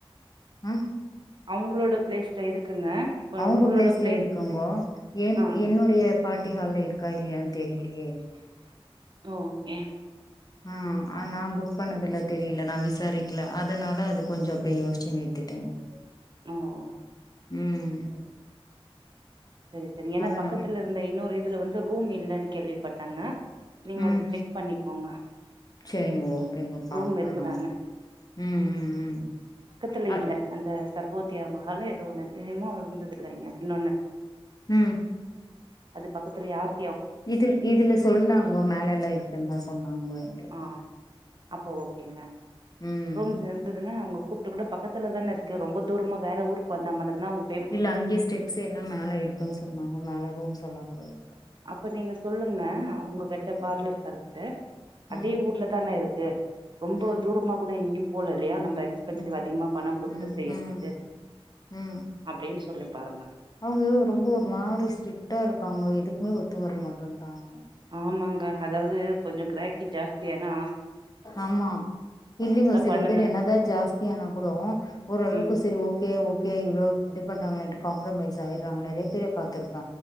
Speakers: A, on the left (about 40°); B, on the right (about 50°).
A: ஆ
B: அவுங்களோட ப்ளேஸ்ல இருக்குங்க இப்ப
A: அவுங்க
B: உங்களோட
A: பிளேஸ்ல
B: பிளேஸ்
A: இருக்கங்கோ எ
B: ஆ
A: என்னுடைய பார்ட்டி ஹால்ல இருக்கா இல்லையான் தெரியலையே
B: ஓகே
A: ஆ அன் நா புக் பண்ணதுல்ல தெரியல நா விசாரிக்கல அதுனால அது கொஞ்சோ அப்டியே யோசிச்சு நிறுத்திட் <unintelligible>
B: ஓ ஓ
A: ம்
B: செரி செரிங்க ஏன்னா
A: அதனா
B: பக்கத்துல இருந்த இன்னொரு இதுல வந்து ரூம் இல்லன்னு கேள்விப்பட்டங்க நீங்க
A: ம்
B: அது செக் பண்ணிக்கோங்க
A: செரிங்க ஓகேங்க பாக்குறே
B: ரூம் இருக்குதான்னு
A: நானு ம் ம் ம்
B: இல்ல
A: அ
B: இல்ல அந்த சர்வோத்தியா மகால்னு ஏதோ ஒன்னு இருக்கு இன்மு இருந்தது இல்ல இங்க இன்னொன்னு
A: ம்
B: அது பக்கத்துல யார்
A: இதுல இதுல சொல்லாங்கோ மேல எல்லா இருக்குன்தா சொன்னாங்கோ எங்ளுக்கு
B: ஆ அப்போ ஓகேங்க
A: ம்
B: ரூம்ஸ் இருந்ததுன்னா உங்க கூப்ட்டு கூட பக்கத்துல தான இருக்கு ரொம்ப தூரமா வேற ஊருக்கு வந்தா மட்டம்தா அவுங்க
A: இல்ல அங்கே ஸ்டெப்ஸ் என்னா மேல இருக்குன் சொன்னாங்க மேல ரூம்ஸ் சொல்ல கூடாது
B: அப்ப நீங்க சொல்லுங்க உங்க கிட்ட
A: ம்
B: பார்லர்காருகிட்ட அதே
A: ம்
B: ஊர்ல தான இருக்கு ரொம்ப
A: ம்
B: தூரமா கூட எங்கயு போல இல்லையா நம்ப எக்ஸ்பென்சிவ்
A: ம்
B: அதிகமா பணம் குடுத்து
A: ம்
B: செய்யறதுக்கு
A: ம் ம்
B: அப்டின் சொல்லி பாருங்க
A: அவங்க ரொம்ப ஒரு மாரி ஸ்ட்ரிக்டா இருப்பாங்க எதுக்குமே ஒத்து வர மாட்டேன்டாங்க
B: ஆமாங்க அதாவ்து கொஞ்சோ கிராக்கி ஜாஸ்தி ஆனா
A: ஆமா இல்லிங்கோ செல
B: பண்ணுங்க
A: பேரு என்னதா ஜாஸ்தியானா கூடோ ஓரளவுக்கு
B: ம்
A: சரி ஓகே ஓ கே இவ்ளோ இது பண்றாங்களேன்ட்டு காம்ப்ரமைஸ் ஆயிறாங்க நெறைய பேர பாத்துருக்க